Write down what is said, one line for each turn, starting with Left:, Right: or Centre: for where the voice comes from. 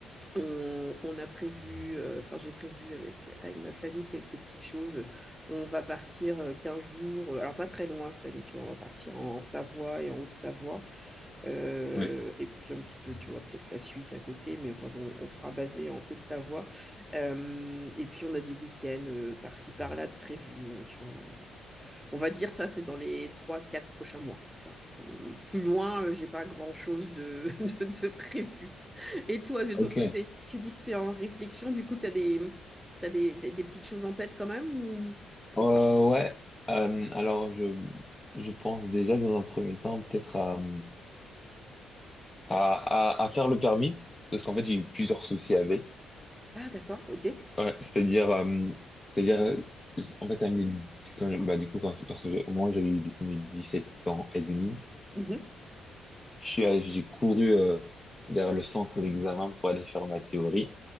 Centre: on, on a prévu, euh, enfin j'ai prévu avec, avec ma famille quelques petites choses. On va partir euh, 15 jours, euh, alors pas très loin cette année, tu vois, on va partir en Savoie et en Haute-Savoie. Euh,
Left: Oui.
Centre: et puis un petit peu, tu vois, peut-être la Suisse à côté, mais enfin bon, on sera basé en Haute-Savoie. Euh, et puis on a des week-ends euh, par-ci, par-là de prévus, euh, tu vois. On va dire ça, c'est dans les trois-quatre prochains mois, tu vois. Euh, Plus loin, euh, j'ai pas grand-chose de, <laughs> de, de prévu. Et toi, de ton
Left: Ok.
Centre: côté, tu dis que tu es en réflexion, du coup, tu as des, t'as des, des- des petites choses en tête quand même ou,
Left: Euh,
Centre: ou pas?
Left: ouais. Euh, alors, je, je pense déjà dans un premier temps peut-être à, à, à, à faire le permis parce qu'en fait, j'ai eu plusieurs soucis avec.
Centre: Ah, d'accord, ok.
Left: Ouais, c'est-à-dire, euh, c'est-à-dire, euh, en fait, à mes, quand- je- bah, du coup, quand, lorsque j'ai- au moment où j'ai eu, du coup, mes 17 ans et demi,
Centre: Mhm.
Left: je suis allé- j'ai couru, euh, vers le centre d'examen pour aller faire ma théorie.